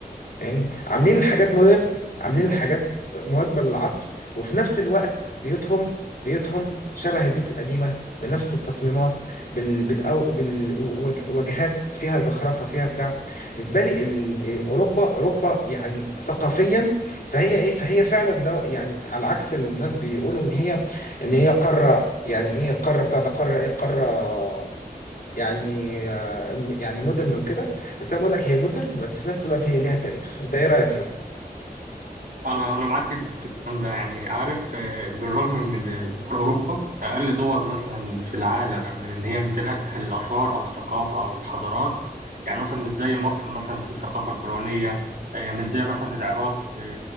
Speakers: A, on the left; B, on the right.
A: فاهم عاملين الحاجات مودرن عاملين الحاجات مواكبة للعصر وفي نفس الوقت بيوتهم بيوتهم شبه البيوت القديمة بنفس التصميمات بال بالأو بالوجهات فيها زخرفة فيها بتاع بالنسبة لي ال- أوروبا أوروبا يعني ثقافيا فهي إيه فهي فعلا ده يعني على عكس الناس بيقولوا إن هي إن هي قارة يعني إيه قارة بتاع ده قارة إيه قارة يعني آه، يعني مودرن وكده بس انا بقول لك هي مودرن بس في نفس الوقت هي ليها تاريخ انت ايه رايك في ده
B: انا انا معاك جدا في الكلام ده يعني عارف آه، بالرغم ان دول اوروبا اقل دول مثلا في العالم من ان هي امتلاكها للاثار او الثقافه او الحضارات يعني مثلا مش زي مصر مثلا في الثقافه الفرعونيه آه، مش زي مثلا العراق في